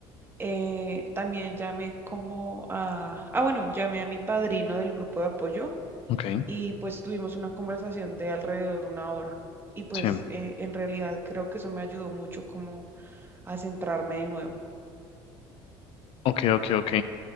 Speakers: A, on the right; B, on the left.
A: Eh, también llamé como a, ah, bueno, llamé a mi padrino del grupo de apoyo
B: Ok,
A: y pues tuvimos una conversación de alrededor una hora. Y pues
B: sí.
A: eh, en realidad creo que eso me ayudó mucho como a centrarme de nuevo.
B: Ok, ok, ok.